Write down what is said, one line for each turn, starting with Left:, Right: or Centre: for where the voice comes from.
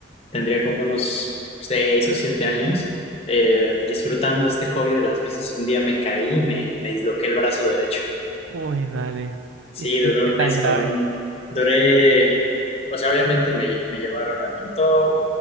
Left: tendría como unos 6 o 7 años, eh, disfrutando este hobby de las bicis. Un día me caí y me, me disloqué el brazo derecho.
Right: Uy, dale.
Left: Sí,
Right: ¿Y qué,
Left: duré
Right: qué
Left: un
Right: tan
Left: mes
Right: grave?
Left: con un, duré, o sea, obviamente me, me llevaron al doctor,